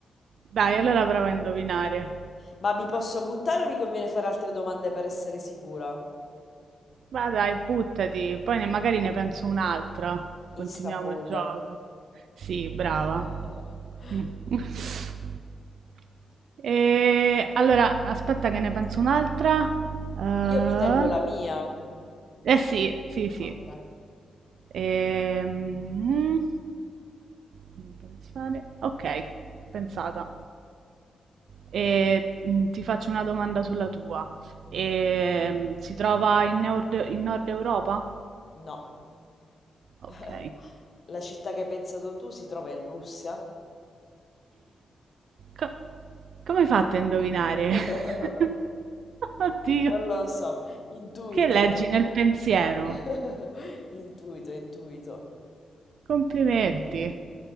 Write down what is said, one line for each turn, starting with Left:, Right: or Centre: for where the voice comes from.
Right: Dai, allora
Left: Ah.
Right: prova a indovinare.
Left: Ma mi posso buttare o mi conviene fare altre domande per essere sicura?
Right: Va dai, buttati, poi ne- magari ne penso un'altra. Continuiamo
Left: Istanbul.
Right: il gioco. Sì, brava.
Left: <laughs>
Right: <laughs> E, allora, aspetta che ne penso un'altra. Eh
Left: Io mi tengo la mia.
Right: eh sì, sì, sì.
Left: Ok.
Right: Ehm, Fammi pensare. Ok, pensata. E, mh, ti faccio una domanda sulla tua.
Left: Mhm.
Right: E, mh, si trova in Nord, in Nord Europa?
Left: No.
Right: Ok.
Left: <laughs> La città che hai pensato tu si trova in Russia?
Right: Co- come hai fatto a indovinare?
Left: <laughs>
Right: <laughs> Oddio,
Left: Non lo so, intuito,
Right: che leggi nel pensiero?
Left: <laughs> intuito, intuito.
Right: Complimenti.